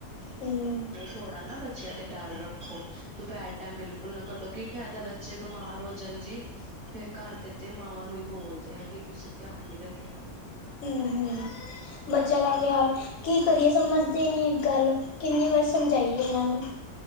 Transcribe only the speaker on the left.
ਹੂੰ
ਹੂੰ ਹੂੰ ਬੱਚਿਆਂ ਦਾ ਖਿਆਲ ਕੀ ਕਰੀਏ ਸਮਝਦੇ ਨੀ ਇੱਕ ਗੱਲ। ਕਿੰਨੀ ਵਾਰੀ ਸਮਝਾਈਏ ਇਹਨਾਂ ਨੂੰ।